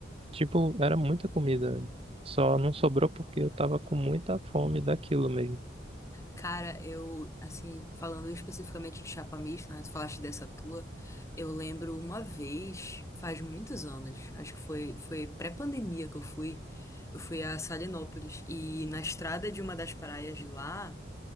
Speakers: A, on the right; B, on the left.
A: tipo, era muita comida. Só não sobrou porque eu tava com muita fome daquilo mesmo.
B: Cara, eu, assim, falando especificamente de chapa mista, né? Tu falaste dessa tua. Eu lembro uma vez, faz muitos anos, acho que foi, foi pré-pandemia que eu fui. Eu fui a Salinópolis. E na estrada de uma das praias de lá,